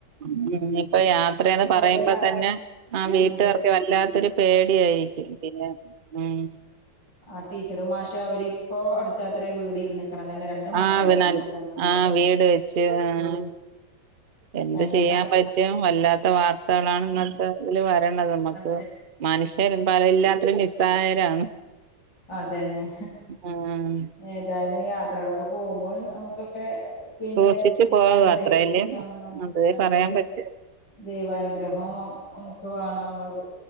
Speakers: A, on the right; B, on the left.
A: ഉം ഇനിപ്പൊ യാത്രയെന്ന് പറയുമ്പൊ
B: ഒരു കാരണം
A: തന്നെ ആ വീട്ടുകാർക്ക്‌
B: അതെ
A: വല്ലാത്തൊരു പേടിയായിരിക്കും പിന്നെ ഉം
B: ആഹ് ടീച്ചറും മാഷും അവരിപ്പൊ അടുത്താത്രെ വീടിരുന്ന്ക്കണതന്നെ രണ്ടു മാസം
A: ആഹ്
B: ത്തായിട്ടില്ല
A: പിന്നൽ
B: തോന്നണണ്ട്
A: ആഹ് വീട് വെച്ച് ആഹ്
B: വീട്
A: എന്ത്
B: ഭയങ്കര
A: ചെയ്യാൻ
B: സങ്കടം
A: പറ്റും വല്ലാത്ത വാർത്തകളാണ് ഇങ്ങനത്തെ
B: ഉം
A: ഇതില് വരണത് നമ്മക്ക്
B: അതെ
A: മനുഷ്യരും ഇപ്പല്ലാത്തിലും നിസായരാണ്
B: അതന്നെ
A: ആഹ്
B: ഏതായാലും യാത്രകളൊക്കെ പോകുമ്പൊ നമുക്കൊക്കെ പിന്നെ
A: സൂക്ഷിച്ചു
B: ദൈവാനുഗ്രഹിച്ച്
A: പോവുക അത്രയല്ലേ
B: ആഹ്
A: അതേ
B: അതെ
A: പറയാൻ പറ്റൂ
B: ദൈവാനുഗ്രഹോം ഒ ഒക്കെ വേണം നമ്മള് വീ